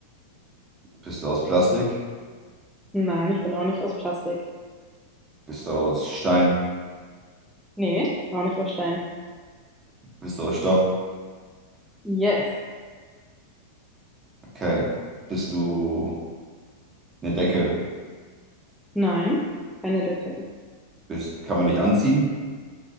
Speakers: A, on the right; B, in the centre.
A: Bist du aus Plastik?
B: Nein, ich bin auch nicht aus Plastik.
A: Bist du aus Stein?
B: Nee, auch nicht aus Stein.
A: Bist du aus Stoff?
B: Yes.
A: Okay. Bist du eine Decke?
B: Nein. Keine Decke.
A: Bist, kann man dich anziehen?